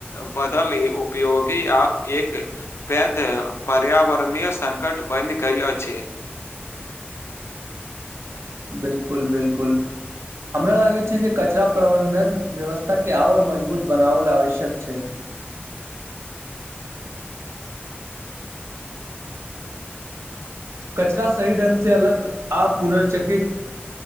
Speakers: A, on the left; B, on the right.
A: बदल उपयोगी आब एक पेध पर्यावरणीय संकट बनि गयल अछि
B: बिल्कुल बिल्कूल हमरा लागै छै जे कचरा प्रबन्धन व्यवस्था के आओर मजबूत बनाबल आवश्यक छै कचरा सही ढंग से अलग आ पुनर्चकित